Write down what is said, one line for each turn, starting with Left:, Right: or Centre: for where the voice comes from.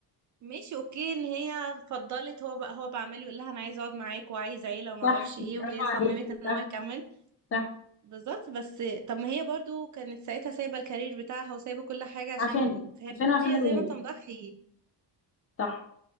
Right: ماشي اوكي ان هي فضلت هو بقى هو بعمل يقول لها انا عايز اقعد معاك وعايز عيلة وما
Left: صح
Right: اعرفش ايه
Left: برافو
Right: وهي
Left: عليكي
Right: صممت ان
Left: صح
Right: هو يكمل
Left: صح
Right: بالظبط بس طب ما هي برضو كانت ساعتها سايبة الكارير بتاعها وسايبة كل حاجة عشان
Left: عشانه
Right: فهي
Left: عشانه عشان
Right: هي
Left: الولاد
Right: زي ما انت مضحي
Left: صح